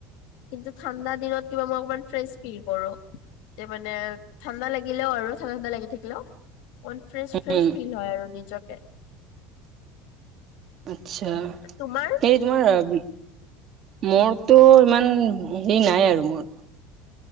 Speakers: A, on the left; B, on the right.
A: কিন্তু ঠাণ্ডা দিনত কিবা মই অকণমান ফ্ৰেছ ফি কৰ এয়া মানে ঠাণ্ডা লাগিলেও আৰু ঠাণ্ডা ঠাণ্ডা লাগি থাকিলে অ ম ফ্ৰেচ ফ্ৰেচ
B: উম
A: ফিল হয় আৰু নিজকে
B: আত্ছা
A: তোমাৰ
B: হেৰি তোমাৰ মোৰতো ইমান হেৰি নাই আৰু মোৰ